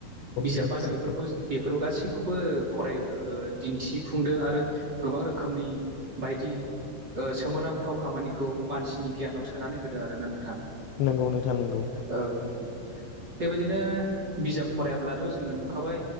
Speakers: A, on the right; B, on the left.
A: बिजाबानो
B: नोंथां
A: बेफोरखौ बे फोराव गासैखौबो फराय दिन्थिफुंदों आरो गोबां रोखोमनि बायदि ओ सोमोनांथाव खामानि खौ मानसिनि गियानाव सोनानै होदों आरोना नोंथां
B: नंगौ नोंथां नोंगौ।
A: औ न बेबायदिनो बिजाब फरायाब्लाथ' जोंङो नुखाबाय